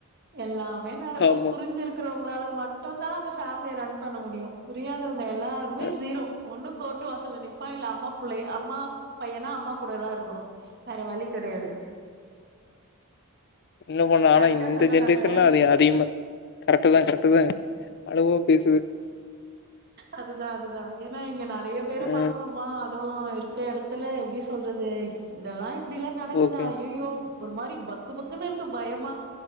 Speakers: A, on the right; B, on the left.
A: எல்லாமே நடக்கு
B: ஆமா
A: புரிஞ்சு இருக்கிறவங்களால மட்டு தா அந்த ஃபேமிலிய ரன் பண்ண முடியு‌ புரியாதவங்க எல்லாருமே
B: அ
A: ஜீரோ ஒன்னு கோட்டு வாசல்ல நிப்பா இல்ல அம்மா புள்ள அம்மா பையனா அம்மா கூட தா இருக்கணு வேற வழி கெடையாது
B: என்ன பண்ண ஆனா
A: கரெக்டா
B: இந்த
A: சொன்னனா
B: ஜென்ரேஷன்ல்ல
A: சார்
B: அது அதிகமா கரெக்ட் தா கரெக்ட் தாங் அளவா பேசுது
A: அதுதா அதுதா ஏன்னா இங்க நெறைய பேர
B: ஆ
A: பாக்குறோமா அதுவு இருக்க எடத்துல எப்டி சொல்றது இதெல்லா இப்டில்லா நடக்குதா
B: ஓகே
A: ஐய்யய்யோ ஒரு மாரி பக்கு பக்குன்னு இருக்கு பயமா